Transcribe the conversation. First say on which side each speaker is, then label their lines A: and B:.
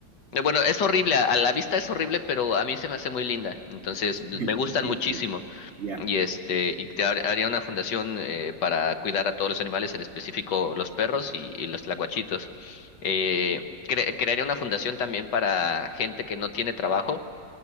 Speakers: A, on the left; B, on the right.
A: Eh, Bueno, es horrible, a a la vista es horrible, pero a mí se me hace muy linda. Entonces, m-
B: <laughs>
A: me gustan
B: Ok,
A: muchísimo.
B: ok. Ya.
A: Y este, y te har- haría una fundación eh, para cuidar a todos los animales, en específico los perros y, y los tlacuachitos. Eh, cre- crearía una fundación también para gente que no tiene trabajo